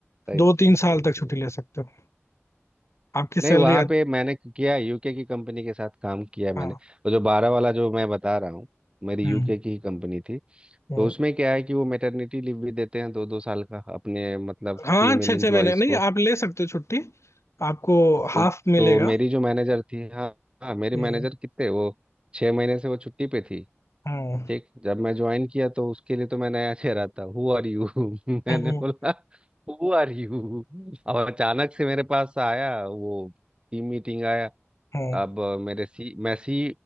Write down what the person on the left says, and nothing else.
दो
तीन
साल
तक छुट्टी ले सकते हो आपकी
सैलरी
आ...
हाँ
हम्म
हम्म।
हाँ
छः
छः महीने नहीं
आप ले सकते हो छुट्टी आपको
हाफ
मिलेगा
हम्म
हम्म
हम्म
हम्म